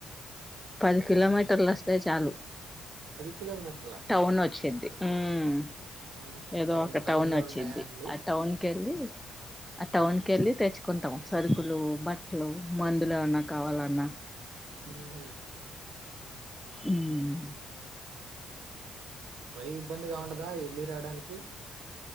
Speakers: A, in the centre; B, on the right (about 80°).
A: పది కిలోమీటర్లొస్తే చాలు.
B: పది కిలోమీటర్ల
A: టౌన్ వచ్చిద్ది. ఉమ్మ్
B: మ్మ్.
A: ఏదో ఒక టౌన్
B: లో
A: వచ్చిద్ది
B: ఉంటాయా అండి
A: ఆ టౌన్ కెళ్ళీ ఆ టౌన్కి ఎళ్ళి తెచ్చుకుంటాం సరుకులూ, బట్లూ, మందులు ఏవన్న కావాలన్నా.
B: ఊహు
A: ఉమ్
B: మరీ ఇబ్బంది గా ఉండదా ఎల్లీ రావడానికి.